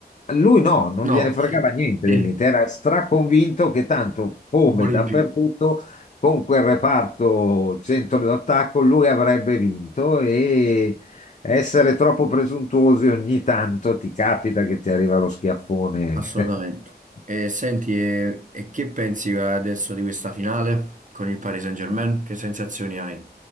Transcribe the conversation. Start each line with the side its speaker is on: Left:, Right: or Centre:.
Left: Lui no, non
Right: No,
Left: gliene fregava
Right: <laughs>
Left: niente dell'Inter,
Right: sì,
Left: era straconvinto che tanto come
Right: un po'
Left: dappertutto
Right: in più.
Left: con quel reparto centro d'attacco lui avrebbe vinto e essere troppo presuntuosi ogni tanto ti capita che ti arriva lo schiaffone.
Right: Assolutamente.
Left: <laughs>
Right: E senti, e, e che pensi adesso di questa finale con il Paris Saint-Germain? Che sensazioni hai?